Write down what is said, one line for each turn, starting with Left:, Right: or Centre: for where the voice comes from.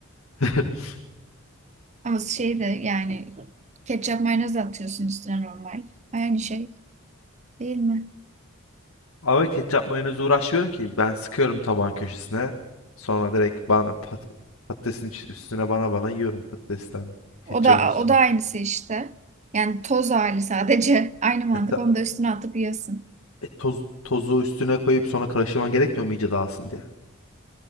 Left: <laughs>
Right: Ama şey de yani ketçap mayonez de atıyorsun üstüne normal. Aynı şey değil mi?
Left: Ama ketçap mayonezi uğraşmıyorum ki. Ben sıkıyorum tabağın köşesine. Sonra direkt bana pat patatesin iç- üstüne bana bana yiyorum patatesten. Ketçabın
Right: O da
Left: üstüne.
Right: o da aynısı işte. Yani toz hali sadece <laughs> aynı mantık.
Left: Hatta
Right: Onu da üstüne atıp yiyorsun.
Left: e, toz, tozu üstüne koyup sonra karıştırman gerekmiyor mu iyice dağılsın diye?